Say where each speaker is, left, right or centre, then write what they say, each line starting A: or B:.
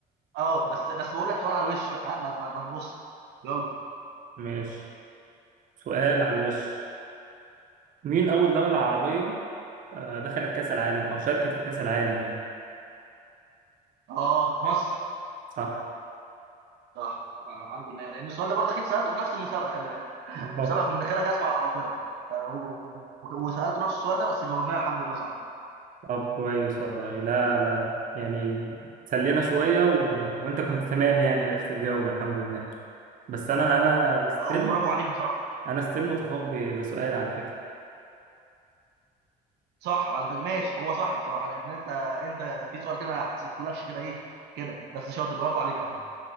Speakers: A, on the right (about 80°); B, on the right (about 50°).
A: اه بس بس بقول لك سؤال على الوش بقى ها ما ما ما تغص يلا
B: ماشي سؤال على الوش مين أول دولة عربية آه، دخلت كأس العالم أو شاركت في كأس العالم يعني
A: اه مصر
B: صح
A: صح آه الحمد لله لان السؤال ده برضه اكيد سالته في نفس المسابقه خلي بالك
B: طب
A: المسابقه كنت داخلها كده اسمع العباقره ف- و- و- وسالته نفس السؤال ده بس جاوبناه الحمد لله صح
B: طب كويس والله لا لا يعني سلينا شوية و... وأنت كنت تمام يعني عرفت تجاوب الحمد لله بس أنا أنا ستيل
A: آه، وبرافو عليك بصراحه
B: أنا ستيل متفوق ب... بسؤال على فكرة
A: صح على فكره ماشي هو صح بصراحه لان انت انت في سؤال كده ما حسبتهولكش كده ايه كده بس شاطر برافو عليك يا محمد